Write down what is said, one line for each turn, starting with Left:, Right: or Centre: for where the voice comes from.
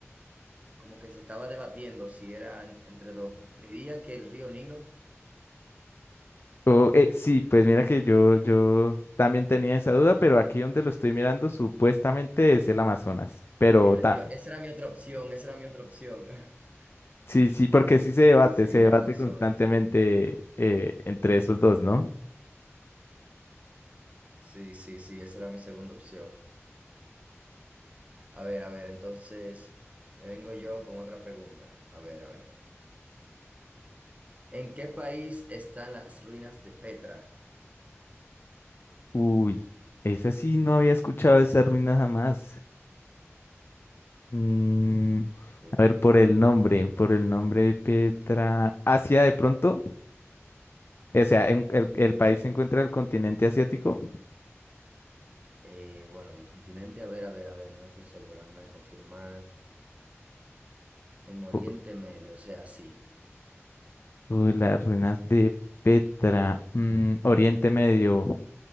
Right: como que se estaba debatiendo si eran entre dos. Diría que el río Nilo.
Left: Oh, eh, sí, pues mira que yo, yo también tenía esa duda, pero aquí donde lo estoy mirando supuestamente es el Amazonas, pero
Right: El,
Left: ta-
Right: yo, esa era mi otra opción, esa era mi otra opción. <laughs>
Left: sí, sí, porque sí
Right: Sí,
Left: se debate,
Right: sí,
Left: se debate
Right: el Amazonas.
Left: constantemente eh, entre esos dos, ¿no?
Right: Sí, sí, sí, esa era mi segunda opción. A ver, a ver, entonces le vengo yo con otra pregunta. A ver, a ver. ¿En qué país están las ruinas de Petra?
Left: Uy, esa sí no había escuchado esa ruina jamás. Mm,
Right: Uh,
Left: a ver, por el nombre, por el nombre Petra. ¿Asia de pronto? O sea, en- el, el país se encuentra en el continente asiático.
Right: eh, bueno, del continente, a ver, a ver, a ver, no estoy seguro, déjame confirmar. En Oriente
Left: U-
Right: Medio, o sea, sí.
Left: Uy, las ruinas de Petra. Mm, Oriente Medio.